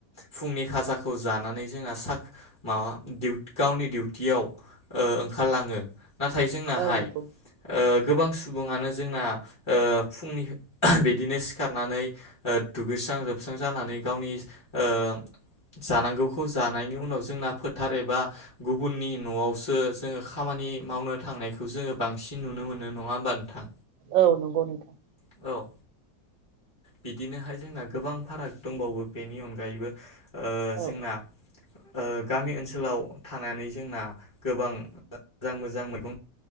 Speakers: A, on the left; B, on the right.
A: फुंनि खाजाखौ जानानै जोंना साख माबा डिउ गावनि डिउटियाव ओ ओंखारलांङो नाथाय जोंनाहाय
B: औ नंगौ
A: गोबां सुबुंङानो जोंना ओ फुंनि बिदिनो सिखारनानै ओ दुगैस्रां लोबस्रां जानानै गावनि ओ‌ जानांगौ खौ जानायनि उनाव जोंना फोथार एबा गुबुननि न'आवसो जोङो खामानि मावनो थांनायखौ जोङो बांसिन नुनो मोनो नङा होमबा नों थां।
B: औ नंगौ नोंथां।
A: औ बिदिनोहाय जोंना गोबां फाराग दंबावो बेनि अनगायैबो ओ
B: औ
A: जोंना ओ ओनसोलाव थानानै जोंना गोबां मोजां मोजां मैगं